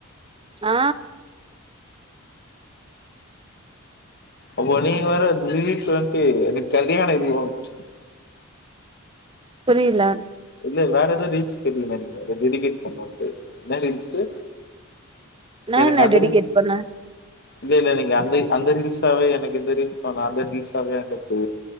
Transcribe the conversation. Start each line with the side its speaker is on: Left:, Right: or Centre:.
Right: ஆ
Left: அப்போ நீங்க வேற வீட்கு வன்ட்டு எனக்கு கல்யாணோ இருக்கு
Right: புரில
Left: இல்ல வேற எதோ ரீல்ஸ் கேட்டீங்ளா நீங்க டெடிகேட் பண்ணுட்டு என்ன ரீல்ஸு
Right: நா
Left: எனக்கு
Right: என்ன
Left: அந்த
Right: டெடிகேட்
Left: ரீல்ஸ்
Right: பண்ண
Left: இல்ல இல்ல நீங்க அந்த அந்த ரீல்ஸாவே எனக்கு எந்த ரீல்ஸ் வேணா அந்த ரீல்ஸாவே அனுப்பு